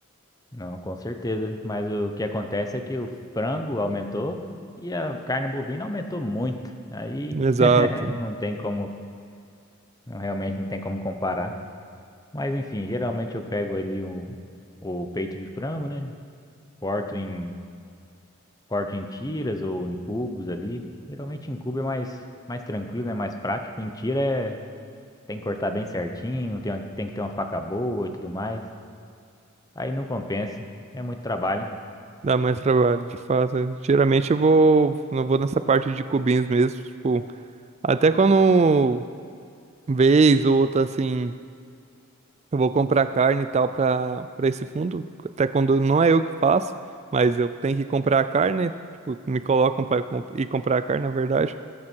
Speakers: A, on the left (about 15°); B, on the right (about 30°).
A: Não, com certeza. Mas o que acontece é que o frango aumentou e a carne bovina aumentou muito. Aí
B: Exato.
A: <laughs> não tem como, não- realmente não tem como comparar. Mas enfim, geralmente eu pego ali o, o peito de frango, né? Corto em, corto em tiras ou em cubos ali. Geralmente em cubo é mais, mais tranquilo, é mais prático. Em tira é, tem que cortar bem certinho, tem, uma- tem que ter uma faca boa e tudo mais. Aí não compensa, é muito trabalho.
B: Dá mais trabalho, de fato. Geralmente eu vou, não vou nessa parte de cubinhos mesmo, tipo, até quando vez ou outra assim, eu vou comprar carne e tal para para esse fundo, até quando não é eu que faço, mas eu tenho que comprar a carne, tipo, me colocam para ir comprar a carne, na verdade.